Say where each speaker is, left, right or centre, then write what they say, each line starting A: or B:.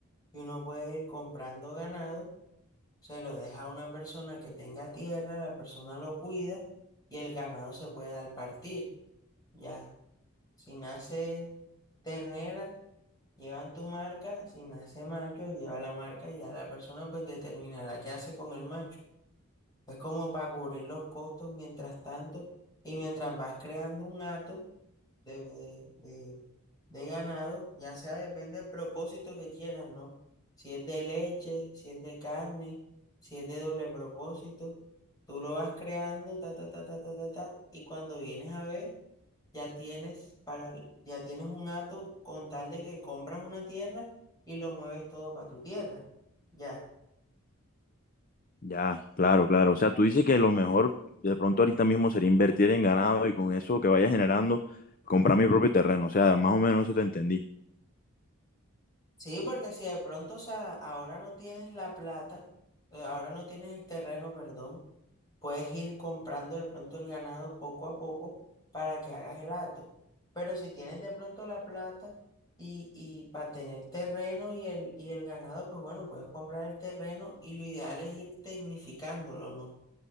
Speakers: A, on the left; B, on the left.
A: y uno puede ir comprando ganado, se lo deja a una persona que tenga tierra, la persona lo cuida y el ganado se puede al partir, ya. Si nace ternera Llevan tu marca, si nace macho, lleva la marca y ya la persona pues determinará qué hace con el macho. Es como para cubrir los costos mientras tanto y mientras vas creando un hato de, de, de- de ganado, ya sea depende del propósito que quieras, ¿no? Si es de leche, si es de carne, si es de doble propósito, tú lo vas creando, ta, ta, ta, ta, ta, ta, ta, y cuando vienes a ver ya tienes para, ya tienes un hato con tal de que compras una tierra y lo mueves todo para tu tierra. Ya.
B: Ya, claro, claro. O sea, tú dices que lo mejor de pronto ahorita mismo sería invertir en ganado y con eso que vaya generando, comprar mi propio terreno. O sea, más o menos eso te entendí.
A: Sí, porque si de pronto, o sea, ahora no tienes la plata, eh, ahora no tienes el terreno, perdón, puedes ir comprando de pronto el ganado poco a poco para que hagas el hato. Pero si tienes de pronto la plata y, y para tener terreno y el, y el ganado, pues bueno, puedes comprar el terreno y lo ideal es ir tecnificándolo, ¿no?